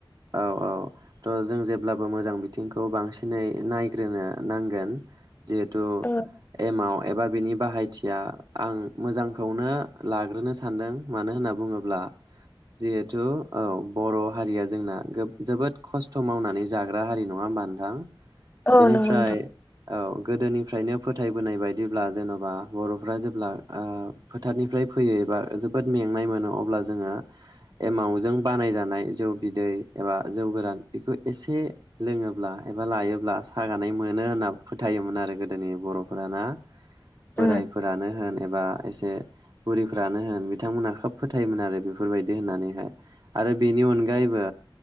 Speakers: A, on the right (about 45°); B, on the left (about 20°).
A: औ औ थ जों जेब्लाबो मोजां बिथिंखौ बांसिनै नायग्रोनो नांगोन जिहेथु
B: औ
A: एमाव एबा बिनि बाहायथिया आं मोजांखौनो लाग्रोनो सानदों मानो होनना बुङोब्ला जिहे थु औ बर हारिया जोंना गोब जोबोद खस्थ मावनानै जाग्रा हारि नङा होमबा नोंथां
B: औ
A: बेनिफ्राय
B: नंगौ नोंथां
A: औ गोदोनिफ्रायनो फोथायबोनाय बायदिब्ला जेनबा बरफ्रा जेब्ला ओ फोथारनिफ्राय फैयो एबा जोबोद मेंनाय मोनो अब्ला जोङो एमावजों बानायजानाय जौ बिदै एबा जौ गोरान बेखौ एसे लोङोब्ला एबा लायोब्ला सागानाय मोनो होनना फोथायोमोन आरो गोदोनि बर'फोरा ना। बोरायफोरानो
B: औ
A: होन एबा एसे बुरिफ्रानो होन बिथांमोनहा खोब फोथायोमोन आरो बेफोरबायदि होननानैहाय। आरो बेनि अनगायैबो